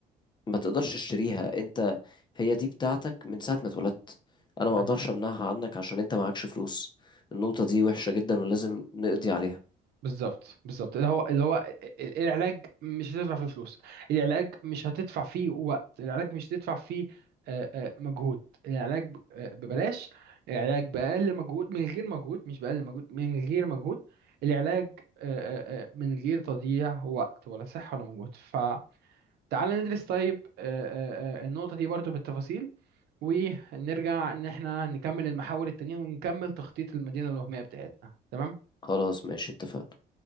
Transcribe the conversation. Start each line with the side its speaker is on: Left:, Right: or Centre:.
Left: ما تقدرش تشتريها انت هي دي بتاعتك من ساعة ما اتولدت انا
Right: أيوة.
Left: ما اقدرش امنعها عنك عشان انت معكش فلوس النقطة دي وحشة جدا ولازم نقضي عليها
Right: بالظبط بالظبط اللي هو اللي هو ال- ال- العلاج مش هتدفع فيه فلوس العلاج مش هتدفع فيه وقت العلاج مش هتدفع فيه آه، آه، مجهود العلاج ب- آه، ببلاش العلاج بأقل مجهود من غير مجهود مش بأقل مجهود من غير مجهود العلاج آه، آه، آه، من غير تضييع وقت ولا صحة ولا مجهود فتعال ندرس طيب آه، آه، آه، النقطة دي برضو بالتفاصيل ونرجع ان احنا نكمل المحاور التانية ونكمل تخطيط المدينة الوهمية بتاعتنا تمام
Left: خلاص ماشي اتفقنا